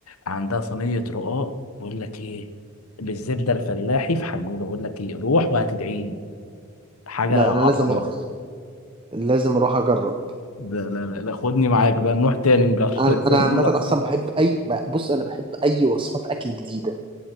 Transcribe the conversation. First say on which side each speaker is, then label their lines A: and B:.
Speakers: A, on the left; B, on the right.
A: عندها صينيه رقاق بقول لك ايه بالزبده الفلاحي في حجوجه بقول لك ايه روح وهتدعي لي حاجه
B: لا
A: عظمه
B: انا لازم اروح لازم اروح اجرب
A: لا لا لا لا خدني معاك بقى نروح تاني نجرب
B: انا انا
A: <laughs> نروح
B: عامة اصلا
A: سوا.
B: بحب اي ب- بص انا بحب اي وصفات اكل جديدة